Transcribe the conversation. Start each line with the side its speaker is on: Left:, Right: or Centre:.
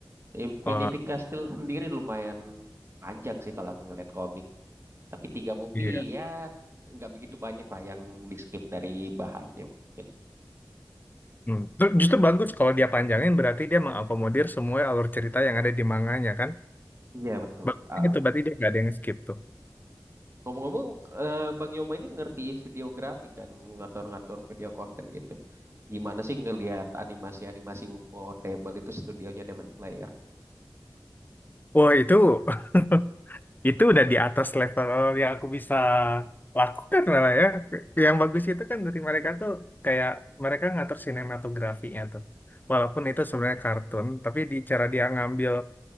Right: Infinity
Left: Oh
Right: Castle sendiri lumayan panjang sih kalau aku ngeliat komik. Tapi tiga movie
Left: iya.
Right: ya nggak begitu banyak lah yang di skip dari bahannya mungkin.
Left: Hmm. Justru bagus kalau dia panjangin berarti dia mengakomodir semua alur cerita yang ada di manganya kan?
Right: Iya betul.
Left: Berarti
Right: Ah,
Left: itu berarti dia nggak ada yang skip tuh.
Right: Ngomong-ngomong, eh, Bang Yoma ini ngerti videografi kan, ngatur-ngatur video konten gitu. Gimana sih ngelihat animasi-animasi UFO Table itu studionya Demon Slayer?
Left: Wah itu <laughs> itu udah di atas level yang aku bisa lakukan lah ya. Yang bagus itu kan dari mereka tuh kayak mereka ngatur sinematografinya tuh. Walaupun itu sebenarnya kartun, tapi di cara dia ngambil